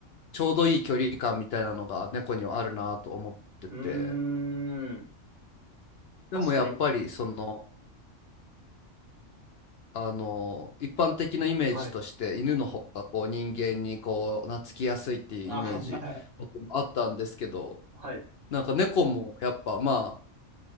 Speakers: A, on the left; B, on the right.
A: ちょうどいい距離感みたいなのが猫にはあるなと思ってて、
B: うーん。
A: でもやっぱりその、
B: 確かに。
A: あの、一般的なイメージとして犬の方がこう人間にこう懐きやすいっていうイメージ僕もあったんですけど、
B: はい。あ、<laughs> はい、
A: なんか猫もやっぱまあ、